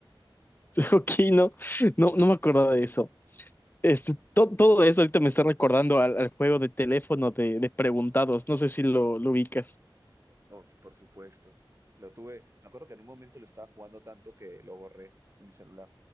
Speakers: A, on the left (about 25°); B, on the right (about 35°).
A: <laughs> Ok, no, no, no me acordaba de eso. Este, to- todo eso ahorita me está recordando al, al juego de teléfono de, de preguntados. No sé si lo, lo ubicas.
B: Oh, por supuesto. Lo tuve, me acuerdo que en un momento lo estaba jugando tanto que lo borré de mi celular,